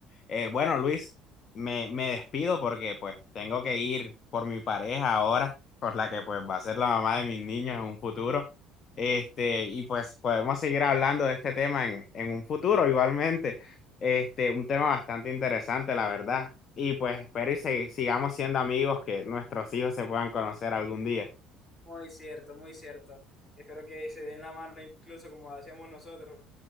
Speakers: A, on the left (about 40°); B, on the left (about 25°).
A: Eh, bueno, Luis, me, me despido porque pues tengo que ir por mi pareja ahora, por la que pues va a ser la mamá de mis niños en un futuro. Este, y pues podemos seguir hablando de este tema en, en un futuro igualmente. Este, un tema bastante interesante, la verdad. Y pues espero y se- sigamos siendo amigos, que nuestros hijos se puedan conocer algún día.
B: Muy cierto, muy cierto. Espero que se den la mano incluso como hacíamos nosotros.